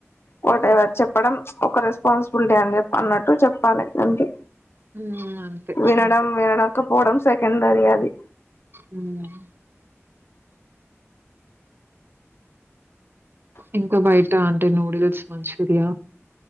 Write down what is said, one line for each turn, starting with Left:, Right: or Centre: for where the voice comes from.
Left: ఒకటివ చెప్పడం ఒక రెస్పాన్సిబిలిటీ అని చె అన్నట్టు చెప్పాలి దనకి
Right: హ్మ్. అంతే
Left: వినడం
Right: ఇంకా.
Left: వినడకపోవడం సెకండరి అది
Right: హ్మ్. ఇంకా బయట అంట అంటే నూడిల్స్ మంచూరియా